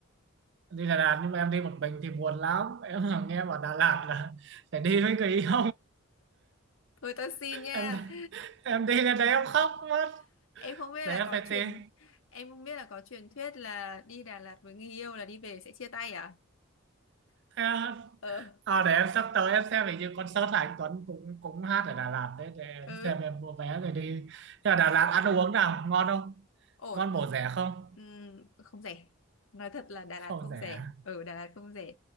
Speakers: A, on the right; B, on the left.
A: đi Đà Lạt nhưng mà em đi một mình thì buồn lắm em <laughs> là nghe bảo Đà Lạt là phải đi với người yêu
B: thôi tao xin nha
A: em em đi lên đấy em khóc mất
B: <laughs> em không biết
A: để
B: là
A: em
B: có
A: phải
B: truyền
A: tìm
B: em không biết là có truyền thuyết là đi Đà Lạt với người yêu là đi về sẽ chia tay à
A: Thế à,
B: ờ
A: à, để em sắp tới em xem hình như concert là anh Tuấn cũng cũng hát ở Đà Lạt đấy để em
B: ừ
A: xem em mua vé rồi đi nhưng mà Đà Lạt ăn uống nào ngon không
B: ổn
A: ngon bổ rẻ không
B: Ừm, không rẻ nói thật là Đà
A: không
B: Lạt không
A: rẻ
B: rẻ ở Đà Lạt không rẻ